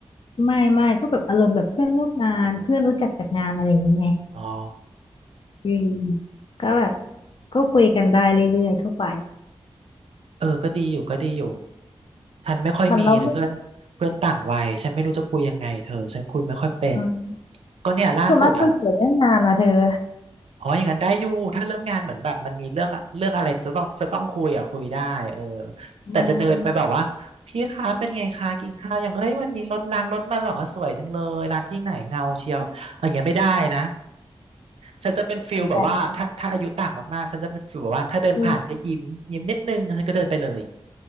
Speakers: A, on the left; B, on the right.
A: ไม่ไม่ก็แบบอารมณ์แบบเพื่อนร่วมงานเพื่อนรู้จักจากงานอะไรอย่างเงี้ยไง
B: อ๋อ
A: อืมก็แบบก็คุยกันได้เรื่อยๆทั่วไป
B: เออก็ดีอยู่ก็ดีอยู่ฉันไม่ค่อยมีเลยเพื่อนเพื่อนต่างวัยฉันไม่รู้จะคุยยังไงเธอฉันคุยไม่ค่อยเป็น
A: มันเราไม่อืม
B: ก็เนี่ยล่าสุดอ่ะ
A: ส่วนมากคุยเกี่ยวเรื่องงานนะเธอ
B: อ๋ออย่างนั้นได้อยู่ถ้าเรื่องงานเหมือนแบบมันมีเรื่องเรื่องอะไรจะต้องจะต้องคุยอ่ะคุยได้เออ
A: อืม
B: แต่จะเดินไปแบบว่าพี่คะเป็นไงคะกินข้าวอย่างเฮ้ยวันนี้รถรางรถมาเหรอสวยจังเลยร้านที่ไหนเงาเชียวอย่างเงี้ยไม่ได้นะฉันจะเป็นฟิลแบบว่าถ้าถ้าอายุต่างมากๆฉันจะเป็นฟิลแบบว่าถ้าเดินผ่านก็ยิ้มยิ้มนิดนึงฉันก็เดินไปเลย
A: เหมือนกันอืม